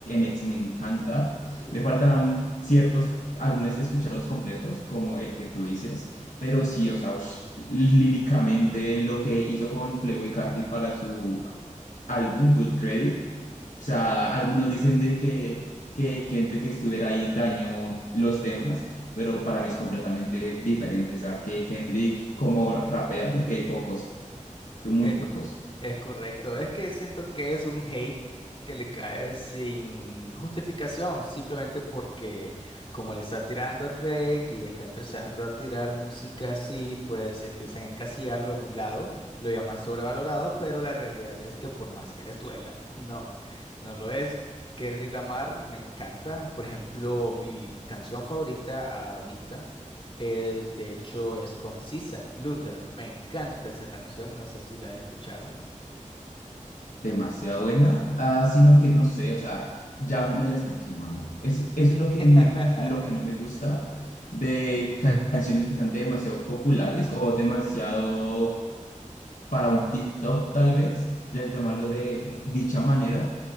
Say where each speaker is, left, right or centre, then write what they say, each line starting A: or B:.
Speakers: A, on the left; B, on the left.
A: X me encanta.
B: Uf.
A: Me faltan ciertos álbumes, escucharlos completos, como el que tú dices, pero sí, o sea, ush, líricamente lo que hizo con Playboy Carti para su álbum Good Credit, o sea, algunos dicen de que, que, que entre que estuviera ahí dañó los temas, pero para
B: mm,
A: mí es
B: mm.
A: completamente diferente, o sea, que Kendrick
B: Ujú.
A: como rapea, creo que hay pocos, muy
B: Es,
A: pocos.
B: es correcto. Es que siento que es un hate que le cae sin justificación, simplemente porque como le está tirando a Drake y está empezando a tirar música así, pues empiezan a encasillarlo en un lado, lo llaman sobrevalorado, pero la realidad es que por más que les duela, <laughs> no, no lo es. Kendrick Lamar me encanta. Por ejemplo, mi canción favorita ahorita. Es, de hecho, es concisa. Luther, me encanta esa canción, no sé si la has escuchado.
A: demasiado buena, ah, sino que no sé, o sea, ya me la están quemando. Es, eso es lo
B: <laughs>
A: que, me, lo que no me gusta de ca- canciones que sean demasiado populares o demasiado para un TikTok tal vez, ya llamarlo de
B: Ujú,
A: dicha manera,